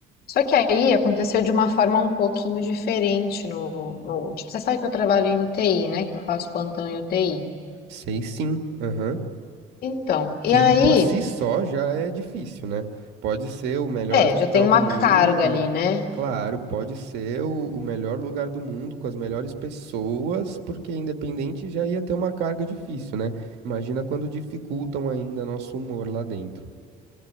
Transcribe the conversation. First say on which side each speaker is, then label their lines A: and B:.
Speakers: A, on the left; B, on the right.
A: Só que aí aconteceu de uma forma um pouquinho diferente no, no último. Você sabe que eu trabalho em UTI, né? Que eu faço plantão em UTI.
B: Sei sim, aham.
A: Então, e
B: Que
A: aí,
B: por si só já é difícil, né? Pode ser o melhor
A: é,
B: hospital
A: já tem uma
B: do mundo,
A: carga ali, né?
B: claro, pode ser o, o melhor lugar do mundo com as melhores pessoas, porque independente já ia ter uma carga difícil, né? Imagina quando dificultam ainda nosso humor lá dentro.